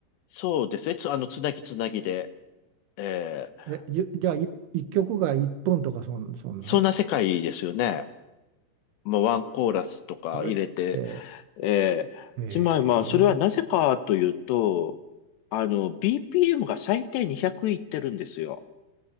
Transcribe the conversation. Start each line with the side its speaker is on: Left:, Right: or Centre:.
Left: そうですね。つ、あの、つなぎつなぎで、えー
Right: え、じゅ、じゃあ1、一曲が1分とかそん、そんな
Left: そんな世界ですよね。まあ、ワンコーラスとか入れて、
Right: それって、
Left: ええつまりまあ、
Right: へえ、
Left: それはなぜかというと、あの、BPM が最低200いってるんですよ。